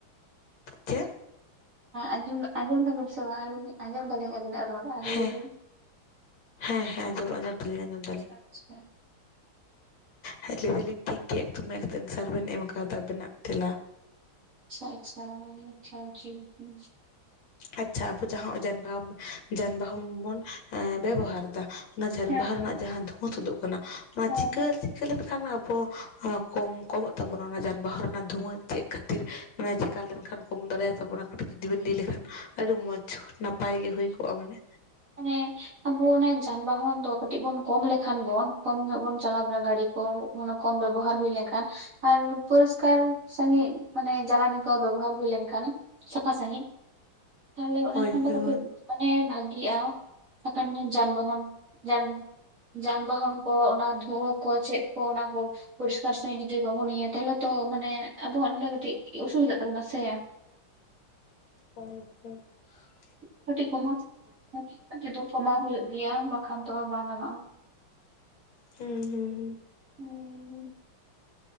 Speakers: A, on the left (about 65°); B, on the right (about 40°).
A: ᱪᱮᱫ?
B: ᱟᱡᱚᱸ ᱟᱸᱡᱚᱢ ᱮᱫᱟ ᱵᱤᱱ ᱥᱮ ᱵᱟᱝ ᱟᱸᱡᱚᱢ ᱫᱟᱞᱤᱧ ᱟᱹᱵᱤᱱᱟᱜ ᱨᱚᱲ ᱟᱨ
A: ᱦᱮᱸ
B: ᱞᱟᱹᱭ ᱵᱤᱱ ᱾
A: ᱦᱮᱸ ᱦᱮᱸ ᱟᱸᱡᱚᱢ ᱟᱸᱡᱚᱢ ᱫᱟᱞᱤᱧ ᱟᱸᱡᱚᱢ ᱾
B: ᱟᱪᱪᱷᱟ ᱟᱪᱪᱷᱟ ᱾
A: ᱦᱮᱸ ᱞᱟᱹᱭ ᱫᱟᱞᱤᱧ ᱴᱷᱤᱠ ᱜᱮ ᱮᱠᱫᱚᱢ <unintelligible> ᱮᱱᱥᱟᱨ ᱵᱮᱱ ᱮᱢ ᱠᱟᱫᱟ ᱟᱵᱮᱱᱟᱜ ᱛᱮᱞᱟ ᱾
B: ᱟᱪᱪᱷᱟ ᱟᱪᱪᱷᱟ, ᱟᱪᱪᱷᱟ <unintelligible>
A: ᱟᱪᱪᱷᱟ ᱟᱵᱚ ᱡᱟᱦᱟᱸ ᱦᱚᱜ-ᱚᱭ ᱡᱟᱱᱵᱟᱦᱟ ᱡᱟᱱᱵᱟᱦᱚᱱ ᱵᱚᱱ ᱮᱸ ᱵᱮᱵᱚᱦᱟᱨ ᱫᱟ ᱚᱱᱟ ᱡᱟᱱ
B: ᱦᱮᱸ
A: ᱵᱟᱦᱟ ᱨᱮᱱᱟᱜ ᱡᱟᱦᱟᱸ ᱫᱷᱩᱣᱟᱹ ᱛᱩᱫᱩᱜ ᱠᱟᱱᱟ ᱚᱱᱟ
B: ᱦᱮᱸ
A: ᱪᱤᱠᱟᱹ
B: ᱦᱮᱸ
A: ᱪᱤᱠᱟᱹ ᱞᱮᱱ ᱠᱷᱟᱱ ᱢᱟ ᱟᱵᱚ ᱠᱚᱢ ᱠᱚᱢᱚᱜ ᱛᱟᱵᱚᱱᱟ ᱚᱱᱟ ᱡᱟᱱᱵᱟᱦᱟ ᱨᱮᱱᱟᱜ ᱫᱷᱩᱣᱟᱹ ᱪᱮᱫ ᱠᱷᱟᱹᱛᱤᱨ? ᱢᱟᱱᱮ ᱪᱤᱠᱟ ᱞᱮᱱ ᱠᱷᱟᱱ ᱠᱚᱢ ᱫᱟᱲᱮᱭᱟ ᱛᱟᱵᱚᱱᱟ ᱠᱟᱹᱴᱤᱡ ᱡᱩᱫᱤ ᱵᱮᱱ ᱞᱟᱹᱭ ᱞᱮᱠᱷᱟᱱ ᱾ ᱟᱹᱰᱤ ᱢᱚᱸᱡᱽ ᱱᱟᱯᱟᱭ ᱜᱮ ᱦᱩᱭ ᱠᱚᱜ-ᱟ ᱢᱟᱱᱮ᱾
B: ᱦᱮᱸ ᱟᱵᱚ ᱚᱱᱮ ᱡᱟᱱᱵᱟᱦᱚᱱ ᱫᱚ ᱠᱟᱹᱴᱤᱡ ᱵᱚᱱ ᱠᱚᱢ ᱞᱮᱠᱷᱟᱱ ᱵᱚᱱ ᱠᱚᱢ ᱧᱚᱜ ᱵᱚᱱ ᱪᱟᱞᱟᱣ ᱵᱟᱲᱟ ᱫᱟᱲᱤ ᱠᱚ ᱩᱱᱟ ᱠᱚᱢ ᱵᱮᱵᱚᱦᱟᱨ ᱦᱩᱭ ᱞᱮᱝᱠᱷᱟᱱ ᱟᱨ ᱯᱚᱨᱤᱥᱠᱟᱨ ᱥᱟᱺᱦᱤᱜ ᱢᱟᱱᱮ ᱡᱟᱞᱟᱱᱤ ᱠᱚ ᱵᱮᱵᱚᱦᱟᱨ ᱦᱩᱭ ᱞᱮᱝᱠᱷᱟᱱ ᱥᱟᱯᱷᱟ ᱥᱟᱺᱦᱤᱡ ᱛᱟᱦᱞᱮ ᱚᱱᱟ
A: ᱦᱳᱭ
B: ᱠᱷᱟᱱ
A: ᱦᱳᱭ
B: ᱫᱚ ᱠᱟᱹᱴᱤᱡ
A: ᱦᱳᱭ
B: ᱢᱟᱱᱮ ᱵᱷᱟᱹᱜᱤᱜ-ᱟ᱾ ᱮᱠᱷᱟᱱ ᱱᱮ ᱡᱟᱱᱵᱟᱦᱚᱱ ᱡᱟᱱᱵᱟᱦᱚᱱ ᱡᱟᱱᱵᱟᱦᱚᱱ ᱠᱚ ᱚᱱᱟ ᱫᱷᱩᱣᱟᱹ ᱠᱚ ᱪᱮᱜ ᱠᱚ ᱚᱱᱟ ᱠᱚ ᱯᱚᱨᱤᱥᱠᱟᱨ ᱥᱟᱺᱦᱤᱡ ᱡᱩᱫᱤ ᱵᱟᱵᱚᱱ ᱤᱭᱟᱹᱭᱟ ᱛᱟᱦᱞᱮ ᱛᱚ ᱢᱟᱱᱮ ᱟᱵᱚᱣᱟᱜ ᱱᱚᱰᱮ ᱠᱟᱹᱴᱤᱡ ᱚᱥᱩᱵᱤ ᱫᱟᱜ ᱛᱟᱵᱚᱱᱟ ᱥᱮ᱾
A: ᱦᱳᱭ ᱠᱮ
B: ᱠᱟᱹᱴᱤᱡ ᱠᱚᱢᱟᱣ ᱠᱟᱹᱴᱤ ᱫᱚ ᱠᱚᱢᱟᱣ ᱦᱳᱭᱳᱜ ᱜᱮᱭᱟ ᱵᱟᱠᱷᱟᱱ ᱛᱚ ᱵᱟᱝ ᱜᱟᱱᱚᱜ-ᱟ᱾
A: ᱦᱩᱸ ᱦᱩᱸ ᱦᱩᱸ
B: ᱦᱩᱸ